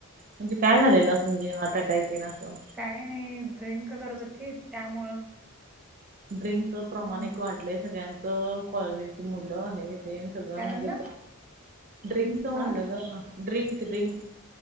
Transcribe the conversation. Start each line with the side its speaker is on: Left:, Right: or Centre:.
Right: म्हणजे काय झालेलं असं म्हणजे हार्ट अटॅक तेन असं
Centre: काय नाही ड्रिंक करत होतीत त्यामुळं
Right: ड्रिंक प्रमाण
Centre: हम्म
Right: एक वाढलंय सगळ्यांचं कॉलेजची मुलं हे तेन सगळं
Centre: काय
Right: म्हणजे
Centre: म्हणला
Right: ड्रिंकच म्हणल
Centre: आ
Right: ग ड्रिंक ड्रिंक